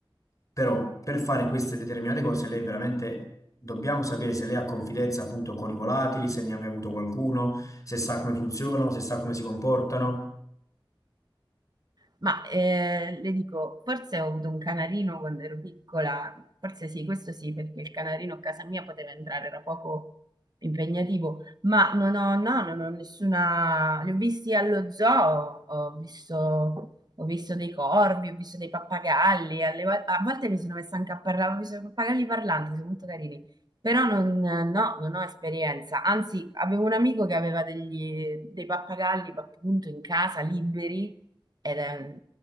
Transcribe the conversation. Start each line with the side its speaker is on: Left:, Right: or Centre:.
Left: però per fare queste determinate cose lei veramente dobbiamo sapere se lei ha confidenza appunto con i volatili, se ne ha mai avuto qualcuno, se sa come funzionano, se sa come si comportano.
Right: Ma eh, le dico, forse ho avuto un canarino quando ero piccola, forse sì, questo sì, perché il canarino a casa mia poteva entrare, era poco impegnativo, ma non ho, no, non ho nessuna... Li ho visti allo zoo, ho visto, ho visto dei corvi, ho visto dei pappagalli, alle vo- a volte mi sono messa anche a parlare, ho visto i pappagalli parlanti, sono molto carini, però non, no, non ho esperienza, anzi avevo un amico che aveva degli- dei pappagalli appunto in casa, liberi, ed è-